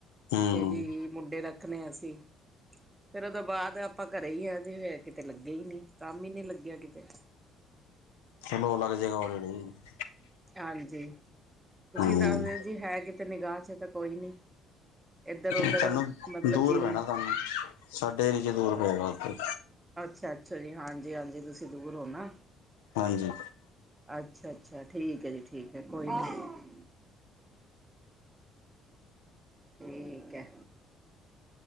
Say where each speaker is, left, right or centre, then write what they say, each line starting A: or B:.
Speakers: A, on the left (about 70°); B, on the right (about 15°).
A: ਹੂੰ
B: ਕੇ ਜੀ ਮੁੰਡੇ ਦਾ ਰਖਣੇ ਅਸੀਂ, ਫੇਰ ਉਹਦੋਂ ਬਾਅਦ ਆਪਾਂ ਘਰੇ ਈ ਆ ਜੇ ਫੇਰ ਕਿਤੇ ਲੱਗੇ ਈ ਨੀ। ਲੱਗਿਆ ਕਿਤੇ।
A: ਚਲੋ ਲੱਗ ਜਏਗਾ <unintelligible>
B: ਹਾਂਜੀ, ਤੁਸੀਂ
A: ਹੂੰ
B: ਦੱਸਦੇਓ ਜੀ ਹੈ ਕਿਤੇ ਨਿਗਾਹ ਚ ਤੇ ਕੋਈ ਨੀ। ਇੱਧਰ
A: ਤੁਹਾਨੂੰ
B: ਉਧਰ ਮਤਲਬ
A: ਦੂਰ
B: ਜਿਵੇਂ
A: ਪੈਨਾ ਤੁਹਾਨੂੰ, ਸਾਡੇ ਏਰੀਏ ਚ ਦੂਰ ਪਏਗਾ ਉਥੇ।
B: ਅੱਛਾ ਅੱਛਾ ਜੀ, ਹਾਂਜੀ ਹਾਂਜੀ ਤੁਸੀਂ ਦੂਰ ਹੋ ਨਾ।
A: ਹਾਂਜੀ।
B: ਅੱਛਾ ਅੱਛਾ, ਠੀਕ ਏ ਜੀ ਠੀਕ ਏ, ਕੋਈ ਨੀ। ਠੀਕ ਏ।